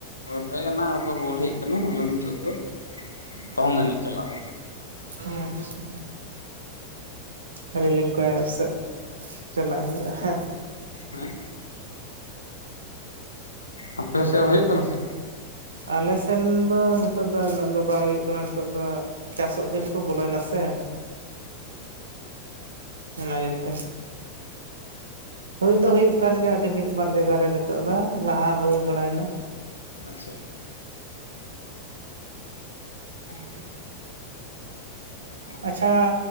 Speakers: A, on the left; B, on the right.
A: ᱦᱳ ᱮᱱᱟᱝ ᱨᱮ ᱠᱚ ᱨᱩᱣᱟᱹᱲ ᱦᱮᱡ ᱠᱟᱱᱟ ᱟᱞᱮ ᱫᱚ ᱱᱤᱛᱚᱜ ᱫᱚ ᱫᱚᱝ ᱮᱱᱮᱡ ᱪᱟᱞᱟᱣ ᱦᱩᱭᱩᱜ-ᱟ᱾
B: ᱦᱮᱸ ᱪᱷᱟ ᱟᱫᱚ ᱱᱚᱝᱠᱟ ᱯᱟᱥᱮᱫ ᱪᱟᱞᱟᱜ ᱦᱩᱭᱩᱜ-ᱟ ᱦᱟᱸ?
A: ᱦᱮᱸ ᱟᱯᱮ ᱥᱮᱜ ᱦᱩᱭᱩᱜ ᱠᱟᱱᱟ ᱥᱮᱜ
B: ᱟᱞᱮ ᱥᱮᱱ ᱫᱚ ᱱᱤᱛᱚᱜ ᱩᱱᱟᱹᱜ ᱱᱟᱜ ᱫᱚ ᱵᱟᱝ ᱦᱩᱭᱩᱜ ᱠᱟᱱᱟ ᱱᱤᱛᱚᱜ ᱫᱚ ᱪᱟᱥᱚᱜ ᱫᱤᱱ ᱠᱚ ᱵᱚᱞᱚᱭᱱᱟ ᱥᱮ ᱚᱱᱟ ᱤᱭᱟᱹᱛᱮ ᱦᱩᱭ ᱫᱚ ᱦᱩᱭᱩᱜ ᱠᱟᱱ ᱜᱮᱭᱟ ᱟᱹᱰᱤ ᱢᱤᱫ ᱵᱟᱨ ᱡᱟᱜᱟ ᱨᱮ ᱱᱤᱛᱚᱜ ᱫᱚ ᱞᱟᱦᱟ ᱦᱩᱭ ᱵᱟᱲᱟᱭᱱᱟ
A: ᱟᱪᱷᱟ ᱪᱮᱫ ᱦᱚᱸ ᱵᱟᱝ
B: ᱟᱪᱷᱟ